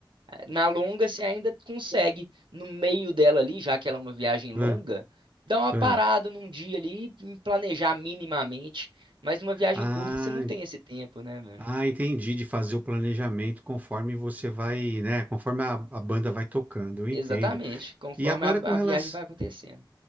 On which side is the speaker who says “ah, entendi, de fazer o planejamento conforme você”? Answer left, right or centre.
Right